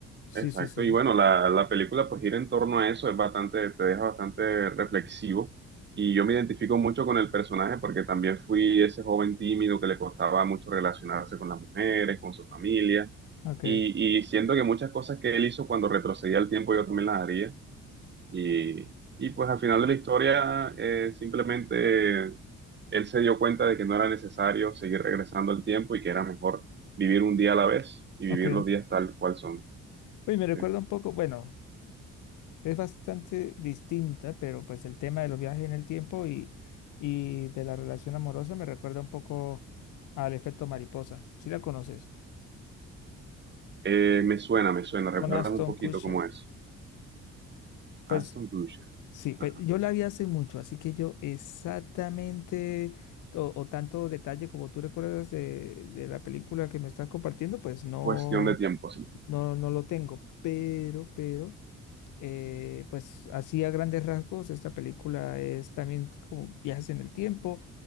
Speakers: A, on the left; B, on the right.
A: Sí,
B: Exacto,
A: sí, sí.
B: y bueno, la, la película pues gira en torno a eso, es bastante, te deja bastante reflexivo y yo me identifico mucho con el personaje porque también fui ese joven tímido que le costaba mucho relacionarse con las mujeres, con su familia
A: Ok,
B: y, y siento que muchas cosas que él hizo cuando retrocedía el tiempo yo también las haría y, y pues al final de la historia eh, simplemente él se dio cuenta de que no era necesario seguir regresando al tiempo y que era mejor vivir un día a la vez y vivir
A: ok.
B: los días tal cual son.
A: Uy, me recuerda
B: ¿sí?
A: un poco, bueno, es bastante distinta, pero pues el tema de los viajes en el tiempo y, y de la relación amorosa me recuerda un poco al efecto mariposa. ¿Sí la conoces?
B: Eh, me suena, me suena. ¿Recuerdas
A: Con Aston
B: un poquito
A: Kutcher.
B: cómo es?
A: Pues
B: Aston Kutcher.
A: Sí, pues
B: Ajá.
A: yo la vi hace mucho, así que yo exactamente o, o tanto detalle como tú recuerdas de, de la película que me estás compartiendo, pues no,
B: Cuestión de tiempo, sí.
A: no, no lo tengo. Pero, pero, eh, pues así a grandes rasgos, esta película es también como viajes en el tiempo.